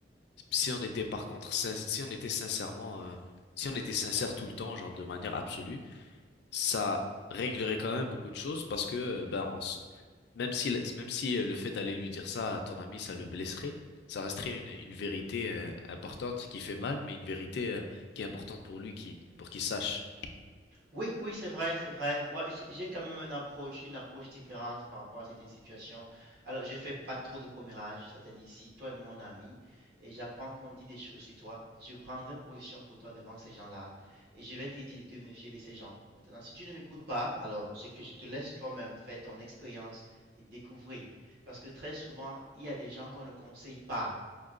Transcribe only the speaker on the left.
si on était par contre, sin- si on était sincèrement, euh, si on était sincère tout le temps, genre de manière absolue, ça réglerait quand même beaucoup de choses parce que euh, ben on s- même si la- même si euh, le fait d'aller lui dire ça à ton ami ça le blesserait, ça resterait une une vérité euh, importante qui fait mal mais une vérité euh, qui est importante pour lui qui pour qu'il sache.